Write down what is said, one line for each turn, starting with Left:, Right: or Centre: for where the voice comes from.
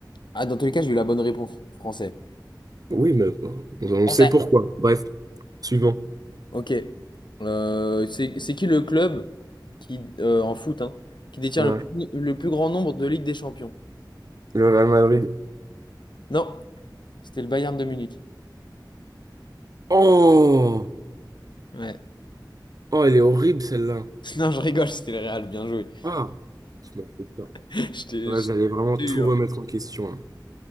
Left: Ah, dans tous les cas, j'ai eu la bonne réponse. Français.
Right: Oui, mais bon, on on
Left: Français.
Right: sait pourquoi. Bref. Suivant.
Left: Ok. Euh, c'est, c'est qui le club qui, euh, en foot, hein, qui détient
Right: Ouais.
Left: le plus, le plus grand nombre de Ligue des Champions?
Right: Le Real Madrid.
Left: Non, c'était le Bayern de Munich.
Right: Oh!
Left: Ouais. <laughs>
Right: Oh, elle est horrible celle-là.
Left: Non, je rigole, c'était le Real, bien joué.
Right: Ah! Je me fais peur.
Left: <laughs> Je t'ai
Right: Là,
Left: je
Right: vous allez vraiment
Left: t'ai
Right: tout
Left: eu. hein.
Right: remettre en question. hein.